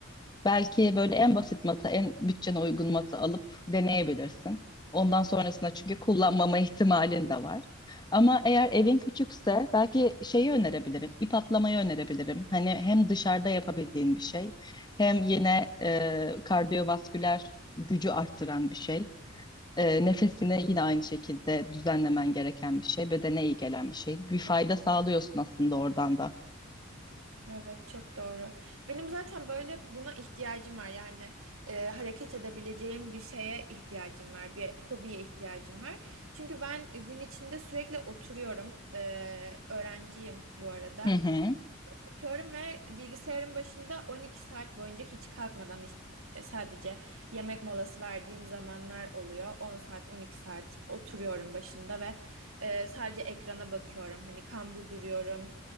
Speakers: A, on the left; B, on the right.
A: Belki böyle en basit matı, en bütçene uygun matı alıp deneyebilirsin. Ondan sonrasında çünkü kullanmama <laughs> ihtimalin de var. Ama eğer
B: Evet.
A: evin küçükse belki şeyi önerebilirim, ip atlamayı önerebilirim. Hani hem dışarıda yapabildiğin bir şey, hem yine e, kardiyovasküler gücü arttıran bir şey. E, nefesini yine aynı şekilde düzenlemen gereken bir şey, bedene iyi gelen bir şey. Bir fayda sağlıyorsun aslında oradan da.
B: Evet, çok doğru. Benim zaten böyle buna ihtiyacım var. Yani e, hareket edebileceğim bir şeye ihtiyacım var, bir hobiye ihtiyacım var. Çünkü ben e, gün içinde sürekli oturuyorum. Ee, öğrenciyim bu arada.
A: Hı hı,
B: Yatıyorum ve bilgisayarın başında 12 saat boyunca hiç kalkmadan işte sadece yemek molası verdiğim zamanlar oluyor. on saat, 12 saat oturuyorum başında ve e, sadece ekrana bakıyorum. Hani kambur duruyorum.